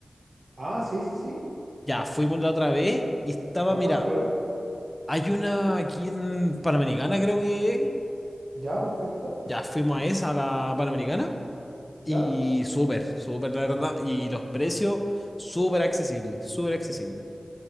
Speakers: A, on the right (about 70°); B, on the left (about 15°).
A: Ah, sí, sí, sí.
B: Ya fuimos la otra vez y estaba,
A: ¿A
B: mira,
A: cuál fueron?
B: hay una aquí en Panamericana, creo que es.
A: Ya, perfecto,
B: Ya fuimos a esa, a la Panamericana,
A: ya.
B: y súper, súper, la verdad. Y los precios, súper accesibles, súper accesibles.